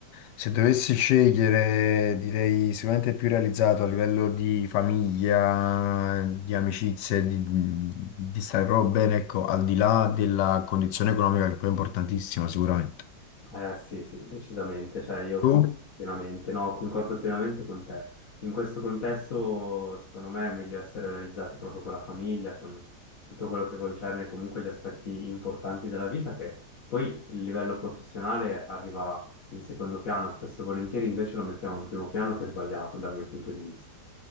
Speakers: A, on the left (about 85°); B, on the left (about 55°).
A: se dovessi scegliere direi sicuramente più realizzato a livello di famiglia, di amicizie, di, di stare proprio bene, ecco, al di là della condizione economica che poi è importantissima sicuramente.
B: Eh sì, sì, decisamente, cioè io
A: Tu?
B: con- pienamente, no, concordo pienamente con te. In questo contesto, secondo me, è meglio essere realizzati proprio con la famiglia, con tutto quello che concerne comunque gli aspetti importanti della vita, che poi il livello professionale arriva in secondo piano, spesso e volentieri invece lo mettiamo in primo piano, che è sbagliato dal mio punto di vista.